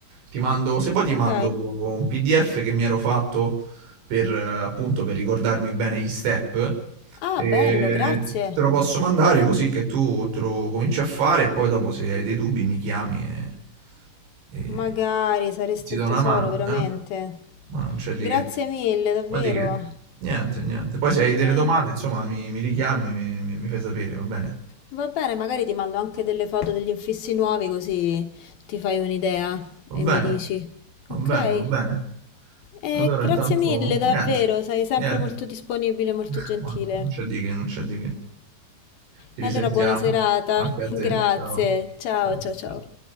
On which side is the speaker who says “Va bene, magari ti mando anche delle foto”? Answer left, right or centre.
Left